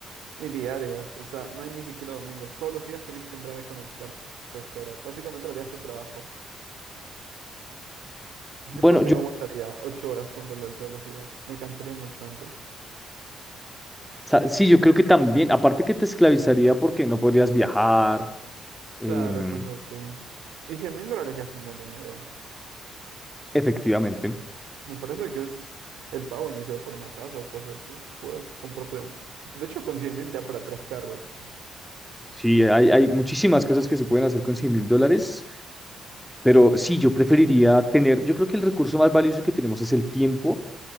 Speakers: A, on the right; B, in the centre.
A: Y diarias. O sea, no hay ni siquiera domingos. Todos los días tienes que entrar a conectarte ocho horas. Básicamente lo harías tu trabajo. Yo
B: Bueno,
A: creo que
B: yo,
A: no
B: o
A: aguantaría ocho horas jugando LOL todos los días. Me cansaría mucho antes.
B: sí, yo creo que también, aparte que te esclavizaría porque no podrías viajar, em,
A: Claro, cosas así. Y cien mil dólares ya es un buen dinero.
B: efectivamente.
A: Me parece que es el pago inicial por una casa o cosas así. Puedes comprarte un... <laughs> De hecho, con cien mil te da para tres carros.
B: Sí, hay, hay muchísimas cosas que se pueden hacer con cien mil dólares. Pero sí, yo preferiría tener, yo creo que el recurso más valioso que tenemos es el tiempo